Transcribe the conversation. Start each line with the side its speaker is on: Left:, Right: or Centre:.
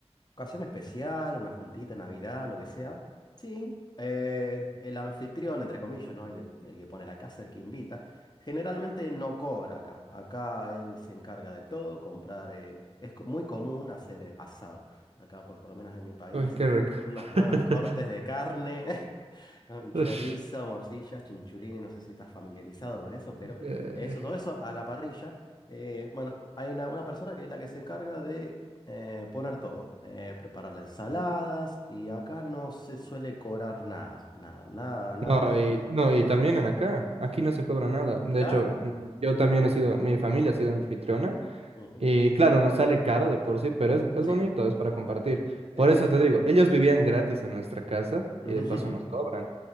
Left: Ocasión especial, una juntita, Navidad, lo que sea. Sí, eh, el anfitrión, entre comillas, ¿no? El que, el que pone la casa, el que invita. Generalmente no cobra acá. Acá él se encarga de todo, comprar. eh, es co- muy común hacer eh, asado. Acá, por, por lo menos en mi país,
Right: Uy, qué rico.
Left: unos buenos
Right: <laughs>
Left: cortes de carne, <laughs> un chorizo,
Right: Ush,
Left: morcillas, chinchulines. No sé si estás familiarizado con eso, pero
Right: eh,
Left: eso, todo eso a la parrilla. Eh, bueno, hay una, una persona que es la que se encarga de eh, poner todo, eh, preparar las ensaladas y acá no se suele cobrar nada, nada, nada, nada.
Right: no,
Left: de-
Right: y, no, y también en acá, aquí no se cobra nada. De
Left: Claro.
Right: hecho, mm, yo también he sido, mi familia ha sido anfitriona
Left: ujú,
Right: y claro, no sale caro de por sí, pero es, es
Left: Sí,
Right: bonito, es para compartir. Por
Left: es que...
Right: eso te digo, ellos
Left: Sí,
Right: vivían gratis en nuestra casa
Left: <laughs>
Right: y de paso nos cobran.